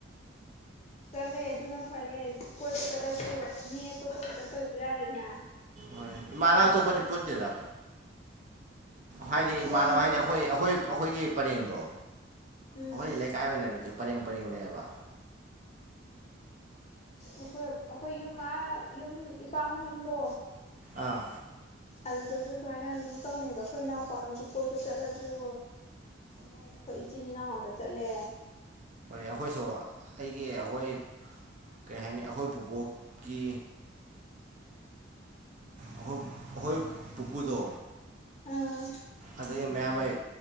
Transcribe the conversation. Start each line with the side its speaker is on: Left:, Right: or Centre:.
Left: ꯆꯠꯂꯦ ꯑꯗꯨꯅ ꯐꯔꯦ ꯀꯣꯏꯕ ꯆꯠꯂꯁꯨ ꯃꯤ ꯑꯇꯣꯞꯄꯒ ꯆꯠꯇ꯭ꯔꯁꯨ ꯌꯥꯔꯦꯅ
Right: ꯍꯣꯏ ꯏꯃꯥꯅ ꯑꯇꯣꯞꯄꯗꯤ ꯄꯨꯟꯗꯦꯗ ꯍꯥꯏꯗꯤ
Left: ꯑꯩꯈꯣꯏꯒꯤ
Right: ꯏꯃꯥꯟꯅꯕ
Left: ꯌꯨꯝ
Right: ꯍꯥꯏꯗꯤ ꯑꯩꯈꯣꯏ ꯑꯩꯈꯣꯏ ꯑꯩꯈꯣꯏꯒꯤ ꯄꯔꯦꯡꯗꯣ
Left: ꯎꯝ
Right: ꯑꯩꯈꯣꯏ ꯂꯩꯀꯥꯏ ꯑꯣꯏꯅ ꯂꯩꯇꯦ ꯄꯔꯦꯡ ꯄꯔꯦꯡ ꯂꯩꯌꯦꯕ
Left: ꯑꯩꯈꯣꯏ ꯑꯩꯈꯣꯏ ꯌꯨꯝ ꯑ ꯌꯨꯝ ꯏꯄꯥꯝꯂꯣꯝꯗꯣ
Right: ꯑꯥ
Left: ꯑꯗꯨꯗꯁꯨ ꯑꯗꯨꯃꯥꯏꯅ ꯑꯗꯨꯝ ꯇꯧꯅꯩꯑꯕ ꯑꯩꯈꯣꯏ ꯏꯅꯥꯎꯄꯥ ꯍꯧꯁꯨ ꯀꯣꯏꯕ ꯆꯠꯂꯁꯨ ꯃꯣꯏ ꯑꯩꯈꯣꯏ ꯏꯆꯤꯟ ꯏꯅꯥꯎ ꯉꯥꯛꯇ ꯆꯠꯂꯦ
Right: ꯍꯣꯏ ꯑꯩꯈꯣꯏꯁꯨ ꯑꯩꯒꯤ ꯑꯩꯈꯣꯏ ꯀꯩ ꯍꯥꯏꯅꯤ ꯑꯩꯈꯣꯏ ꯕꯨꯕꯣꯛꯀꯤ ꯑꯈ‌ꯣꯏ ꯑꯩꯈꯣꯏ ꯄꯨꯄꯨꯗꯣ
Left: ꯑꯥ
Right: ꯑꯗꯒꯤ ꯃꯌꯥꯝꯕꯩ